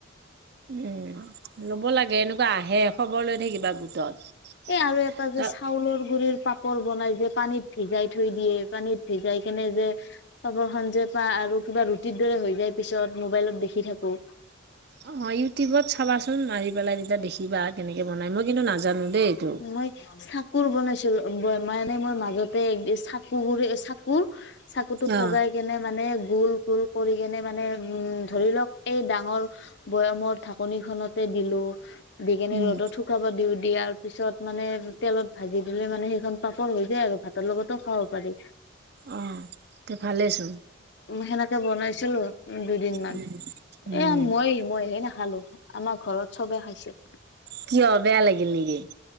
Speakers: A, on the right; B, on the left.
A: উম লব লাগে এনেকুৱা আহে খবৰ লৈ থাকিবা গোটত।
B: এ আৰু এটা যে
A: ত
B: চাউলৰ গুৰিৰ পাপ। কল বনাই যে পানীত ভিজাই থৈ দিয়ে পানীত ভিজাই কেনে যে খাপৰ খ যে প আৰু কিবা ৰুটিৰ দৰে হৈ যায় পিছত মোবাইলত দেখি থাকো।
A: অ ইউটিউবত চাবাচোন মাৰি। পেলাই তেতিয়া দেখিবা কেনেকে বনাই মই কিন্তু নাজানো। দেই এইটো।
B: মই চাকুৰ বনাইছিলো। মে মোৰ মাজতে চাকো বোৰে চাকোৰ। চাকুতটো
A: অ
B: পগাই কেনে মানে। গোল গোল কৰি কেনে মানে উম ধৰি লওক এই ডাঙৰ বয়ামৰ ঢাকনিখনতে দিলো। বিকি
A: উম
B: ৰ'দত শুকাব দিওঁ দি আৰু। পিছত মানে তেলত ভাজি দিলে মানে সেইখন পাপৰ হৈ যায় আৰু ভাঁতৰ লগতো খাব পাৰি
A: অঁ তে ভালেই হৈছে
B: সেনেকে বনাইছিলো উ দুইদিনমান
A: উম উম
B: এ মই মই হে নাখালো আমাৰ ঘৰত চবে খাইছি <inaudible>
A: কিয় বেয়া লাগিল নেকি